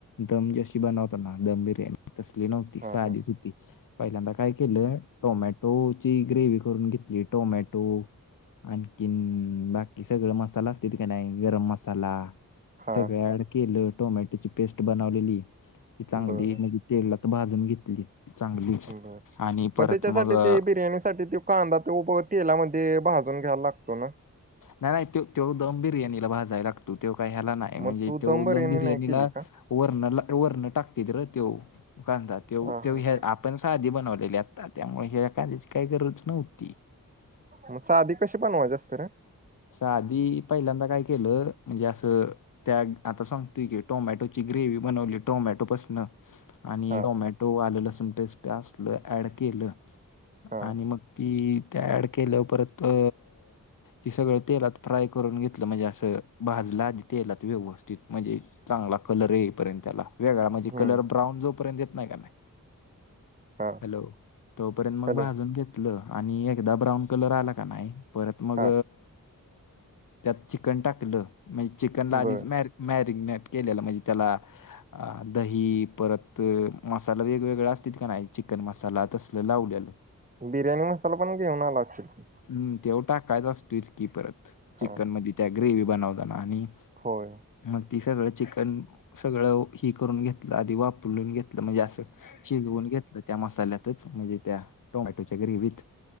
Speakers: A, on the left (about 65°); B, on the right (about 25°).
A: दम जी अशी बनवतो ना, दम बिर्याणी तसली नव्हती,
B: हा
A: साधीच
B: हा
A: हुती. पहिल्यांदा काय केलं, टोमॅटोची ग्रेव्ही करून घेतली, टोमॅटो आणखीन, बाकी सगळं मसाला असत्याती की नई गरम मसाला
B: हा
A: सगळ ऍड केलं, टोमॅटोची पेस्ट बनवलेली, ती चांगली
B: बर
A: तेलात भाजून घेतली. चांगली
B: बर,
A: आणि परत
B: मग त्याच्यासाठी
A: अ,
B: ते बिर्याणीसाठी ते कांदा तो तेलामध्ये भाजून घ्यायला लागतो ना.
A: नाही नाही तो दम बिर्याणीला भाजाय लागतो, तो ककाय हेला नाही,
B: मग
A: म्हणजे
B: तू
A: तो
B: बिर्याणी
A: दम बिर्याणीला
B: नाही केली का
A: वर्ण, वर्ण टाकतात रं त्यो, कांदा त्यो
B: हा हा
A: यो
B: हा.
A: पण साधी बनवलेली आत्ता, त्यामुळ ह्या कांद्याची काही गरज नव्हती.
B: म साधी कशी बनवायची असत्या रं?
A: साधी, पहिल्यांदा काय केलं, म्हणजे असं त्या आता सांगतुय की, टोमॅटोची ग्रेव्ही बनवली टोमॅटोपसनं आणि
B: हा
A: टोमॅटो, आलं लसूण पेस्ट, असलं ऍड केलं,
B: हा
A: आणि मग ती ते ऍड केलं परत अ ती सगळं तेलात फ्राय करून घेतलं, म्हणजे असं भाजलं आधी तेलात व्यवस्थित, म्हणजे चांगला कलर येईपर्यंत त्याला, वेगळा म्हणजे
B: हम्म
A: कलर ब्राउन जोपर्यंत येत नाही का नाय
B: हा
A: हॅलो, तोपर्यंत मग
B: हॅलो
A: भाजून घेत एकदा ब्राऊन कलर आला का नाय, परत मग
B: हा
A: त्यात चिकन टाकलं, म्हणजे चिकनला आधीच
B: बर
A: म मॅरिग्नेट केलेल, म्हणजे त्याला अ दही, परत मसाला वेगवेगळ असत का नाय, चिकन मसाला तसल लावलेलं.
B: बिर्याणी मसाला पण घेऊन आला अशील?
A: हम्, तो टाकायचा असतोयच की परत, चिकन
B: हा
A: मधी त्या, ग्रेव्ही बनवताना आणि
B: होय.
A: मग ती सगळं चिकन, सगळं ही करून घेतलं, आधी वापलून घेत म्हणजे असं, शिजवून घेतलं. त्या मसाल्यातच, म्हणजे त्या टोमॅटोच्या ग्रेवीत,